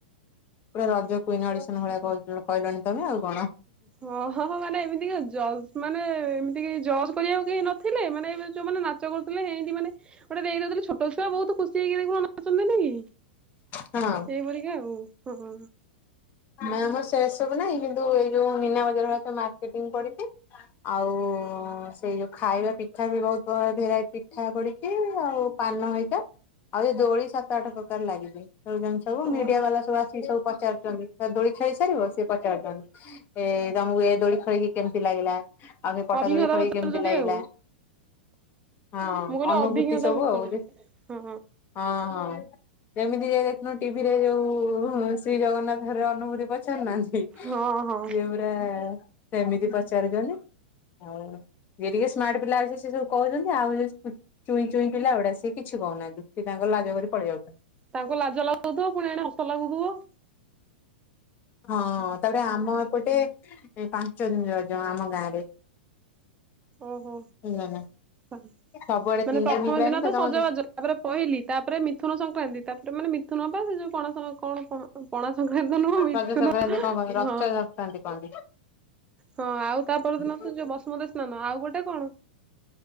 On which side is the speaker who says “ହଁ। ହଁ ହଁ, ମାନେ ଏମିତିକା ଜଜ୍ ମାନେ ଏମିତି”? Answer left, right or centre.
Right